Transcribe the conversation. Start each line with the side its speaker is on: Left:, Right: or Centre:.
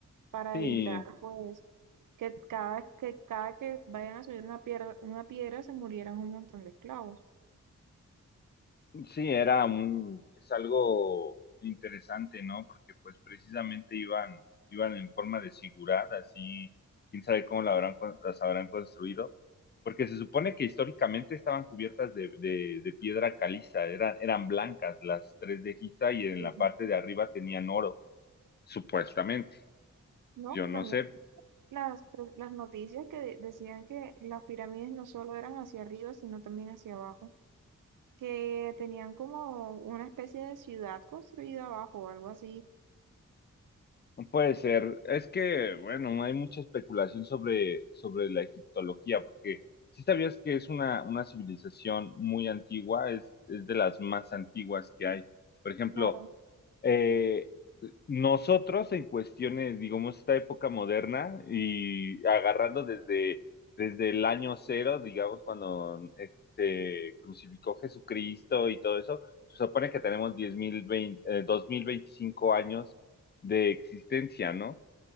Right: para
Left: Sí,
Right: evitar pues que cada que cada que vayan a subir una piedra, una piedra se murieran un montón de esclavos.
Left: Sí, era un, es algo interesante, ¿no? Porque pues precisamente iban, iban en forma de zigurat, así, quién sabe cómo la habrán, con- las habrán construido, porque se supone que históricamente estaban cubiertas de, de, de piedra caliza, eran, eran blancas las tres de Giza y en
Right: Y,
Left: la parte de arriba tenían oro, supuestamente.
Right: No,
Left: Yo
Right: Y
Left: no
Right: también
Left: sé,
Right: las, pre- las noticias que de- decían que las pirámides no solo eran hacia arriba, sino también hacia abajo, que tenían como una especie de ciudad construida abajo o algo así.
Left: Puede ser. Es que, bueno, hay mucha especulación sobre, sobre la egiptología, porque si sabías que es una, una civilización muy antigua, es, es de las más antiguas que hay. Por ejemplo,
Right: Claro,
Left: eh, nosotros en cuestiones, digamos, esta época moderna y agarrando desde, desde el año cero, digamos, cuando este, se crucificó Jesucristo y todo eso, se supone que tenemos 10.000, eh, 2.025 años de existencia, ¿no?